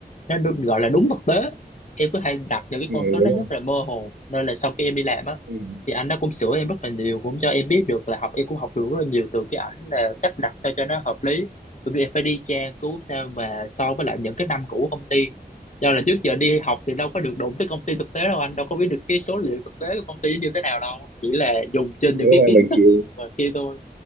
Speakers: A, on the left; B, on the right.
A: nó được gọi là đúng thực tế em cứ hay đặt những cái
B: ừ,
A: con số nó
B: đúng
A: rất
B: không
A: là mơ hồ nên là sau khi em đi làm á
B: ừ,
A: thì anh nó cũng sửa em rất là nhiều cũng cho em biết được là học em cũng học được rất là nhiều từ cái ảnh là cách đặt sao cho nó hợp lý bởi vì em phải đi tra cứu sao mà so với lại những cái năm cũ của công ty do là trước giờ đi học thì đâu có được đụng tới công ty thực tế đâu anh đâu có biết được cái số liệu thực tế của công ty như thế nào đâu chỉ là dùng trên
B: đúng
A: những cái
B: không
A: kiến
B: em mình
A: thức
B: thì
A: và kia thôi